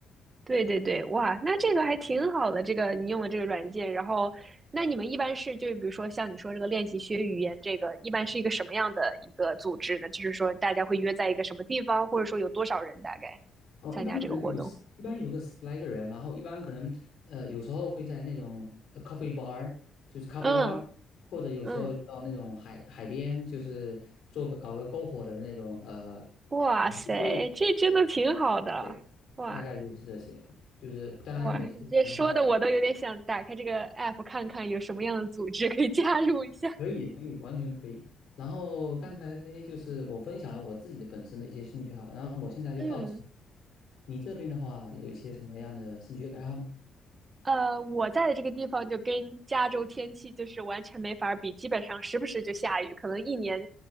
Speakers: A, on the right; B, on the left.
A: 对对对，哇，那这个还挺好的，这个你用的这个软件，然后那你们一般是就是比如说像你说这个练习学语言，这个一般是一个什么样的一个组织呢？就是说大家会约在一个什么地方，或者说有多少人大概参加这个活动？
B: 哦，一般可能有一般有个十来个人，然后一般可能呃，有时候会在那种呃 coffee bar，就是咖啡
A: 嗯
B: bar，或者有时候到那种海海边，
A: 嗯，
B: 就是做个搞个篝火的那种呃，
A: 哇塞，
B: 会，
A: 这真的挺好的，
B: 对，
A: 哇
B: 大概就是这些。就是当然每次可能会。
A: 哇，你这说的我都有点想打开这个 app 看看有什么样的组织可以加入一下，
B: 可以，可以，完全可以。然后刚才就是我分享了我自己的本身的一些兴趣爱好，然后我现在就好奇，
A: 嗯。
B: 你这边的话有一些什么样的兴趣爱好呢？
A: 呃，我在的这个地方就跟加州天气就是完全没法儿比，基本上时不时就下雨，可能一年